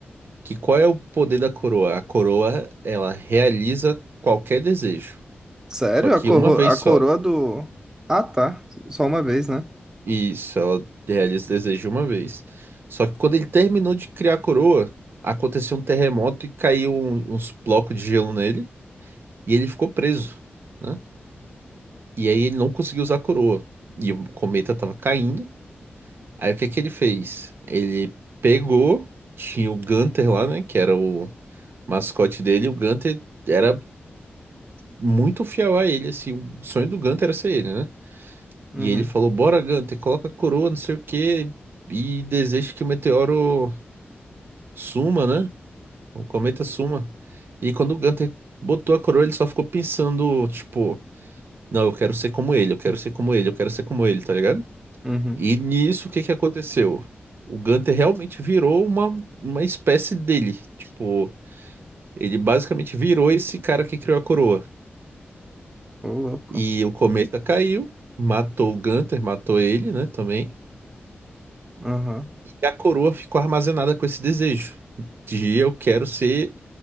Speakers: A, on the right; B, on the right.
A: que qual é o poder da coroa? A coroa, ela realiza qualquer desejo,
B: Sério?
A: só que
B: A, corro-
A: uma vez
B: a coroa
A: só.
B: do. Ah, tá. Só uma vez, né?
A: Isso, ela realiza o desejo uma vez. Só que quando ele terminou de criar a coroa, aconteceu um terremoto e caiu um- uns blocos de gelo nele, e ele ficou preso, né? E aí ele não conseguiu usar a coroa. E o cometa estava caindo. Aí o que que ele fez? Ele pegou, tinha o Gunter lá, né? Que era o mascote dele. O Gunter era muito fiel a ele, assim. O sonho do Gunter era ser ele, né?
B: Uhum,
A: E ele falou: Bora, Gunter, coloca a coroa, não sei o quê, e deseja que o meteoro suma, né? O cometa suma. E quando o Gunter botou a coroa, ele só ficou pensando, tipo, não, eu quero ser como ele, eu quero ser como ele, eu quero ser como ele, tá ligado?
B: uhum.
A: E nisso, o que que aconteceu? O Gunter realmente virou uma, uma espécie dele. Tipo, ele basicamente virou esse cara que criou a coroa.
B: Ô, louco.
A: E o cometa caiu, matou o Gunter, matou ele, né, também.
B: Aham.
A: E a coroa ficou armazenada com esse desejo de eu quero ser